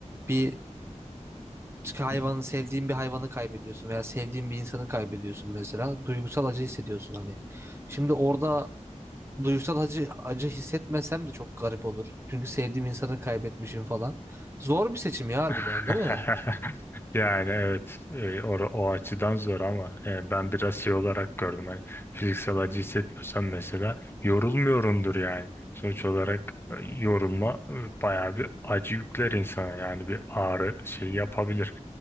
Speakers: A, on the right; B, on the left.
A: bir hayvanı
B: A-
A: sevdiğin bir hayvanı kaybediyorsun veya sevdiğin bir insanı kaybediyorsun mesela. Duygusal acı hissediyorsun hani. Şimdi orada duygusal acı acı hissetmesem de çok garip olur. Çünkü sevdiğim insanı kaybetmişim falan. Zor bir seçim ya harbiden
B: <laughs>
A: değil mi?
B: Yani evet e, o, o açıdan zor ama e, ben biraz şey olarak gördüm hani fiziksel acı hissetmiyorsam mesela yorulmuyorumdur yani sonuç olarak e, yorulma e, bayağı bir acı yükler insana yani bir ağrı şey yapabilir